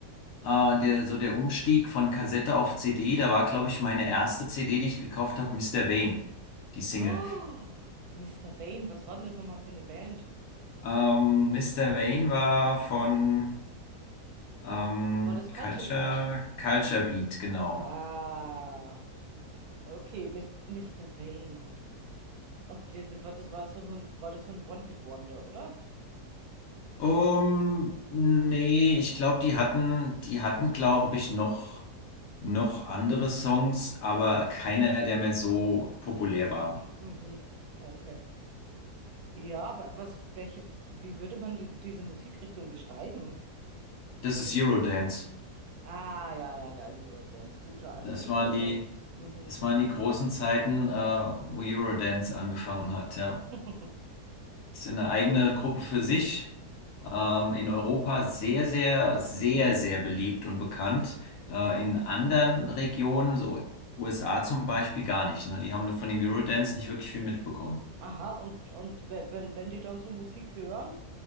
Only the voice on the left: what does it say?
äh, der, so der Umstieg von Kassette auf CD, da war, glaube ich, meine erste CD, die ich gekauft habe, Mister Wayne, die Single.
Ähm, Mr. Vane war von ähm,
Culture,
Culture Beat, genau.
Um, nee, ich glaube, die hatten, die hatten, glaube ich, noch, noch andere Songs, aber keiner, der mehr so populär war.
Das
ist Eurodance.
Das
waren die,
das waren die großen Zeiten, äh, wo Eurodance angefangen hat, ja.
Das ist ja eine eigene Gruppe für sich. Ähm, in Europa sehr, sehr, sehr, sehr beliebt und bekannt. Äh, in anderen Regionen, so USA zum Beispiel, gar nicht, ne? Die haben von dem Eurodance nicht wirklich viel mitbekommen.